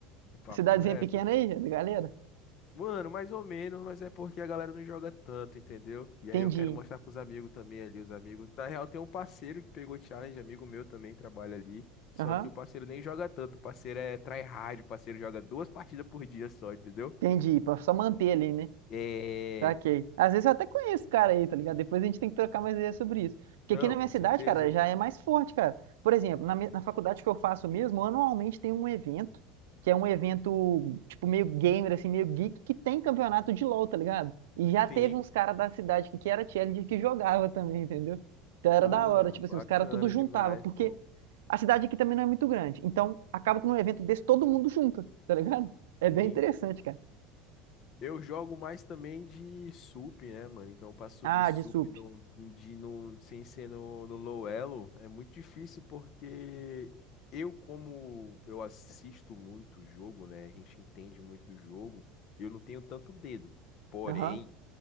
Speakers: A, on the left; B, on the right.
A: Papo
B: Cidadezinha
A: reto.
B: pequena aí, galera?
A: Mano, mais ou menos, mas é porque a galera não joga tanto, entendeu? E aí
B: Entendi.
A: eu quero mostrar pros amigos também ali, os amigos. Na real, tem um parceiro que pegou challenge, amigo meu também trabalha ali. Só
B: Aham,
A: que o parceiro nem joga tanto, o parceiro é tryhard, o parceiro joga duas partidas por dia só, entendeu?
B: entendi, pra só manter ali, né?
A: É.
B: Saquei. Às vezes eu até conheço o cara aí, tá ligado? Depois a gente tem que trocar mais ideias sobre isso. Porque
A: Não,
B: aqui na minha
A: com
B: cidade,
A: certeza.
B: cara, já é mais forte, cara. Por exemplo, na, mi- na faculdade que eu faço mesmo, anualmente tem um evento, que é um evento, tipo, meio gamer, assim, meio geek, que tem campeonato de LoL, tá ligado? E já teve
A: Sim.
B: uns caras da cidade que, que era challenger que jogava <laughs> também, entendeu? Então era
A: Pô,
B: da hora,
A: mano,
B: tipo
A: bacana
B: assim, os caras tudo juntava,
A: demais,
B: porque
A: pô.
B: a cidade aqui também não é muito grande. Então acaba que num evento desse todo mundo junta, tá ligado? É
A: Sim.
B: bem interessante, cara.
A: Eu jogo mais também de sup, né, mano? Então, pra subir
B: Ah,
A: sup
B: de sup.
A: no, de, no, sem ser no, no low elo é muito difícil porque eu, como eu assisto muito o jogo, né? A gente entende muito do jogo, eu não tenho tanto dedo. Porém.
B: Aham.